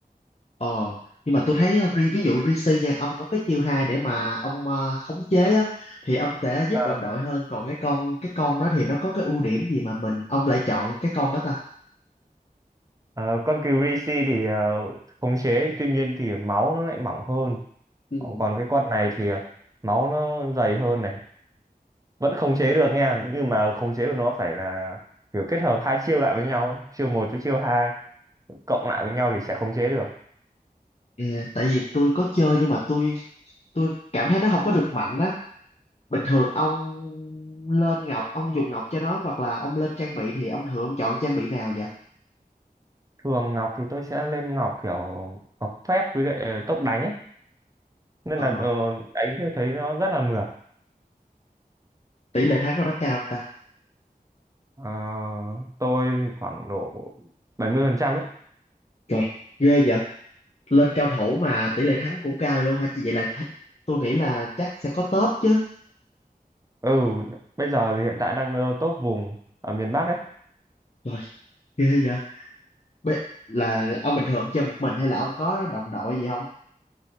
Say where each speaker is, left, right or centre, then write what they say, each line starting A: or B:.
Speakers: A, on the left; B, on the right.
A: Ờ, nhưng mà tôi thấy uh, ri- ví dụ Rishi nha, ông có cái chiêu hai để mà ông uh, khống chế á thì ông sẽ giúp
B: Ờ,
A: đồng đội hơn, còn cái con cái con đó thì nó có cái ưu điểm gì mà mình ông lại chọn cái con đó ta?
B: ờ, con Greasy thì ờ, khống chế tuy nhiên thì máu nó lại mỏng hơn
A: Ừ.
B: Ờ, còn cái con này thì ờ, máu nó dày hơn này vẫn khống chế được nha nhưng mà khống chế của nó phải là kiểu kết hợp hai chiêu lại với nhau ấy. chiêu một với chiêu hai cộng lại với nhau thì sẽ khống chế được
A: Ờ, tại vì tôi có chơi nhưng mà tôi tôi cảm thấy nó không có được mạnh á. Bình thường ông lên ngọc, ông dùng ngọc cho nó hoặc là ông lên trang bị thì ông thường ông chọn trang bị nào vậy?
B: thường ngọc thì tôi sẽ lên ngọc kiểu ngọc phép với lại ờ, tốc đánh ấy nên
A: Ờ,
B: là ờ, đánh thì thấy nó rất là mượt
A: tỷ lệ thắng của nó cao ta.
B: Ờ, tôi thì khoảng độ 70 phần trăm ấy
A: Trời, ghê vậy. lên cao thủ mà tỷ lệ thắng cũng cao vậy luôn hả chị vậy là th- tôi nghĩ là chắc sẽ có top chứ
B: ừ bây giờ thì hiện tại đang ờ, top vùng ở miền Bắc ấy
A: rồi. ghê vậy Bê, là ông bình thường ông chơi một mình hay là ông có đồng đội gì không